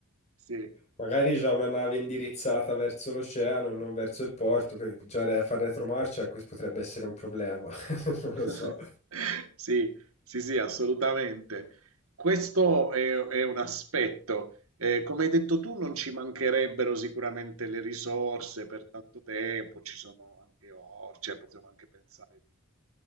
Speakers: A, on the right (about 80°); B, on the left (about 30°).
A: sì.
B: magari già una nave indirizzata verso l'oceano e non verso il porto, perché già re- far retromarcia questo potrebbe essere un problema, <laughs> non lo
A: <laughs>
B: so.
A: Sì, sì, sì, assolutamente. Questo è, è un aspetto. Eh, come hai detto tu, non ci mancherebbero sicuramente le risorse per tanto tempo, ci sono anche orti, cioè possiamo anche pensare di